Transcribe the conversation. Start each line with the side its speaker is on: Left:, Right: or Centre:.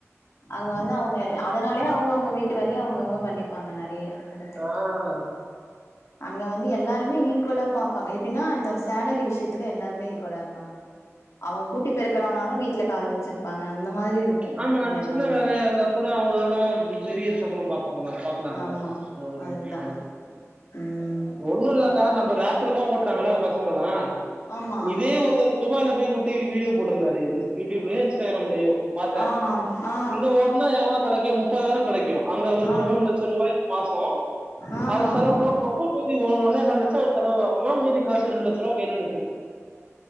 Left: அங்க வந்து அவ்ங்க எல் அதனாலே அவ்ங்கவுங்க வீட்டு வேலேயே அவ்ங்கவுங்க பண்ணிப்பாங்க நெறைய எடத்துல
Right: ஆஹ்
Left: அங்க வந்து எல்லாருமே ஈக்குவெல்லா பாப் பாங்க எப்டின்னா இந்த சேலரி விஷ்யத்துல எல்லாருமே ஈக்குவெலா இருப்பாங்க அவங்க கூட்டி பெருக்கறவங்கதா வீட்ல கார் வச்சிருப்பாங்க அந்த மாதிரி இருக்கு
Right: ஆமா
Left: அங்க
Right: சின்ன
Left: எல்லாமே
Right: வேலையா இருந்தா கூட அவங்கலாதா பெரிய சம்பள பாப் ப்பாங்கல பாக்கலாம்ல
Left: ஆமா
Right: அது ஒண்ணு
Left: அதுதா
Right: இல்லைல,
Left: ம்
Right: ஒண்ணு இல்லக்கா நம்ம ரப் பிடுலா ஓட்டுறாங்கள பசங்கலா
Left: ஆமா
Right: இதே ஒருத்தரு துபாய்ல போய் ஓட்டி வீடியோ போட்டிருந்தாரு யூடியூப்லயோ இன்ஸ்டாகிராம்லயோ பாத்த
Left: ஆ ஆ ஆ
Right: இங்க ஓட்னா எவ்ளோ கெடைக்கமு முப்பதாயிரம் கெடைக்கு, அங்க அவருக்கு
Left: ஆ
Right: மூணு லட்சரூவாயா மாசோ,
Left: ஆ ஆ
Right: அவர் செலவுலா போக மீதி ஒ ஒன்னே கால் லட்சம் செலவாகு தோ மீதி காஸ் மிச்ச ரெண்டு லட்ச ரூவா அவரு கையில நிக்கிம்